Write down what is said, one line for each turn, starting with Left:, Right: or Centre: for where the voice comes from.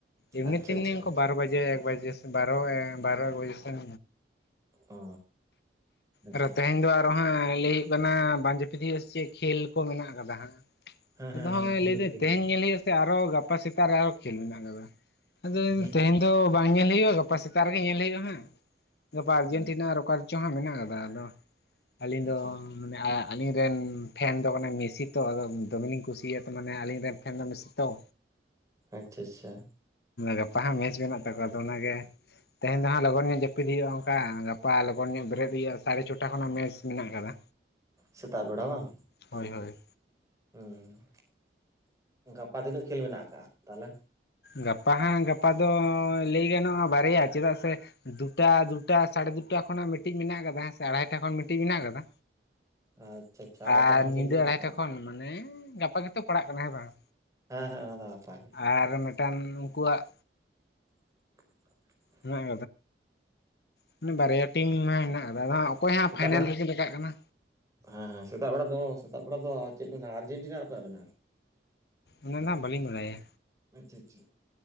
Left: ᱮᱢᱱᱤ
Right: ᱟᱪᱪᱷᱟ
Left: ᱛᱮᱢᱱᱤ
Right: ᱟᱪᱪᱷᱟ
Left: ᱩᱱ ᱵᱟᱨᱚ ᱵᱟᱡᱮ ᱮᱠ ᱵᱟᱡᱮᱼᱼ ᱵᱟᱨᱚ ᱮ ᱵᱟᱨᱚ ᱮᱠ ᱵᱟᱢᱮ ᱥᱮᱱᱼᱼ
Right: ᱚ ᱟᱪᱪᱷᱟ
Left: ᱟᱨᱳ
Right: ᱟᱪᱪᱷᱟ
Left: ᱛᱮᱦᱮᱧ ᱫᱚ ᱟᱨ ᱦᱟᱸᱜ ᱞᱤᱠ ᱾ ᱠᱟᱱᱟ ᱵᱟᱧᱡᱮᱯᱤᱫ ᱦᱩᱭᱩᱜᱼᱟ ᱥᱮ ᱪᱮᱫ ᱠᱷᱮᱞ ᱠᱚ ᱢᱮᱱᱟᱜ ᱟᱠᱟᱫᱟ ᱦᱟᱸᱜ,
Right: ᱦᱮᱸ
Left: ᱟᱫᱚ
Right: ᱦᱮᱸ
Left: ᱱᱚᱜᱼᱚᱭ
Right: ᱦᱮᱸ ᱛᱮᱦᱮᱧ
Left: ᱞᱟᱹᱭ
Right: ᱫᱚ
Left: ᱮᱫᱟᱭ
Right: ᱠᱷᱮᱞ
Left: ᱛᱮᱦᱮᱧ
Right: ᱢᱮᱱᱟᱜᱼᱟ
Left: ᱞᱟᱹᱭᱼᱼ ᱟᱨᱚ ᱜᱟᱯᱟ ᱥᱮᱛᱟᱜ ᱨᱮ ᱟᱨᱚ ᱠᱷᱮᱞ ᱢᱮᱱᱟᱜ ᱟᱠᱟᱫᱟ ᱾ ᱟᱫᱚᱧ
Right: ᱦᱩᱸ
Left: ᱛᱮᱦᱮᱧ ᱫᱚᱼᱼ ᱵᱟᱝ ᱧᱮᱞ ᱦᱩᱭᱩᱜᱼᱟ ᱱᱟᱜ ᱜᱟᱯᱟ ᱥᱮᱛᱟᱜ ᱨᱮᱜᱮ ᱧᱮᱞ ᱦᱩᱭᱜᱼᱟ ᱦᱟᱸᱜ, ᱜᱟᱯᱟ ᱟᱨᱡᱮᱱᱴᱤᱱᱟ
Right: ᱦᱮᱸ
Left: ᱟᱨ ᱚᱠᱟᱼᱼ ᱡᱟᱦᱟ ᱢᱮᱱᱟᱜ ᱟᱠᱟᱫᱟ ᱟᱫᱚ ᱟᱹᱞᱤᱧ
Right: ᱟᱪᱪᱷᱟ
Left: ᱫᱚ ᱢᱟᱱᱮ ᱟᱭᱟᱜᱼᱼ ᱟᱹᱞᱤᱧ ᱨᱮᱱ ᱯᱷᱮᱱ ᱫᱚ ᱠᱟᱱᱟᱭ ᱢᱮᱥᱤ ᱛᱚ, ᱟᱫᱚ ᱫᱚᱢᱮᱞᱤᱧ ᱠᱩᱥᱤᱭᱟ ᱢᱟᱱᱮ ᱟᱹᱞᱤᱧ ᱨᱮᱱ ᱯᱷᱮᱱ ᱫᱚ ᱢᱮᱥᱤ ᱾ ᱛᱚ ᱾
Right: ᱟᱪᱪᱷᱟ ᱟᱪᱪᱷᱟ᱾
Left: ᱜᱟᱯᱟ ᱦᱟᱸᱜ ᱢᱮᱪ ᱢᱮᱱᱟᱜ ᱛᱟᱠᱚᱣᱟ ᱟᱫᱚ ᱚᱱᱟᱜᱮ᱾ ᱛᱮᱦᱮᱧ ᱫᱚ ᱦᱟᱸᱜ ᱞᱚᱜᱚᱱ ᱧᱚᱜ ᱡᱟᱹᱯᱤᱫ ᱦᱩᱭᱩᱜᱼᱟ, ᱚᱱᱠᱟ ᱜᱟᱯᱟ ᱞᱚᱜᱚᱱ ᱧᱚᱜ ᱵᱮᱨᱮᱫ ᱦᱩᱭᱩᱜᱼᱟ ᱥᱟᱲᱮ ᱪᱷᱚᱴᱟ ᱠᱷᱚᱱᱟᱜ ᱢᱮᱪ ᱢᱮᱱᱟᱜ ᱠᱟᱫᱟ᱾
Right: ᱥᱮᱛᱟᱜ ᱵᱮᱲᱟ ᱵᱟᱝ?
Left: ᱦᱳᱭ ᱦᱳᱭ᱾
Right: ᱦᱮᱸ, ᱜᱟᱯᱟ ᱛᱤᱱᱟᱹᱜ ᱠᱷᱮᱞ ᱢᱮᱱᱟᱜ ᱠᱟᱫᱟ ᱛᱟᱦᱞᱮ?
Left: ᱜᱟᱯᱟ ᱦᱟᱸᱜ ᱜᱟᱯᱟ ᱫᱚ ᱞᱟᱹᱭ ᱜᱟᱱᱚᱜᱼᱟ ᱵᱟᱨᱭᱟ ᱪᱮᱫᱟᱜ ᱥᱮ ᱫᱩᱴᱟ ᱫᱩᱴᱟ ᱥᱟᱲᱮ ᱫᱩᱴᱟ ᱠᱷᱚᱱᱟᱜ ᱢᱤᱫᱴᱤᱡ ᱢᱮᱱᱟᱜ ᱠᱟᱫᱟ ᱦᱮᱸ ᱥᱮ ᱟᱲᱟᱭᱴᱟ ᱠᱷᱚᱱ ᱢᱤᱫᱴᱤᱡ ᱢᱮᱱᱟᱜ ᱠᱟᱫᱟ᱾
Right: ᱟᱪᱪᱷᱟ ᱟᱪᱪᱷᱟ ᱟᱲᱟᱭᱴᱟ
Left: ᱟᱨ
Right: ᱠᱷᱚᱱ ᱠᱷᱮᱞ
Left: ᱧᱤᱫᱟᱹ
Right: ᱢᱮᱱᱟᱜ
Left: ᱟᱲᱟᱭᱴᱟ
Right: ᱟᱠᱟᱜᱼᱟ
Left: ᱠᱷᱚᱱ, ᱢᱟᱱᱮ ᱜᱟᱯᱟ ᱜᱮᱛᱚ ᱯᱟᱲᱟᱜ ᱠᱟᱱᱟ ᱦᱮᱸ ᱵᱟᱝ?
Right: ᱦᱮᱸ ᱦᱮᱸ ᱚᱱᱟ ᱫᱚ ᱜᱟᱯᱟᱜᱮ ᱾
Left: ᱟᱨ ᱢᱤᱴᱟᱱ ᱩᱱᱠᱩᱣᱟᱜ
Right: <inaudible>
Left: ᱦᱮᱱᱟᱜ ᱠᱟᱫᱟ ᱵᱟᱨᱭᱟ ᱴᱤᱢ ᱦᱮᱱᱟᱜ ᱟᱠᱟᱫᱟ ᱚᱠᱚᱭ ᱦᱟᱸᱜ
Right: ᱥᱮᱛᱟᱜ
Left: ᱯᱷᱟᱭᱱᱮᱞ
Right: ᱵᱮᱲᱟ
Left: ᱨᱮᱠᱤᱱ ᱨᱟᱠᱟᱵ ᱠᱟᱱᱟ᱾
Right: ᱦᱮᱸ, ᱥᱮᱛᱟᱜ ᱵᱮᱲᱟ ᱫᱚ ᱥᱮᱛᱟᱜ ᱵᱮᱲᱟ ᱫᱚ ᱪᱮᱫ ᱢᱮᱱᱟᱜᱼᱟ ᱟᱨᱡᱮᱱᱴᱤᱱᱟ ᱟᱨ ᱚᱠᱚᱭᱟᱜ ᱢᱮᱱᱟᱜᱼᱟ?
Left: ᱚᱱᱟ ᱫᱚ ᱦᱟᱜ ᱵᱟᱞᱤᱧ ᱵᱟᱲᱟᱭᱟ᱾
Right: ᱟᱪᱪᱷᱟ ᱟᱪᱪᱷᱟ,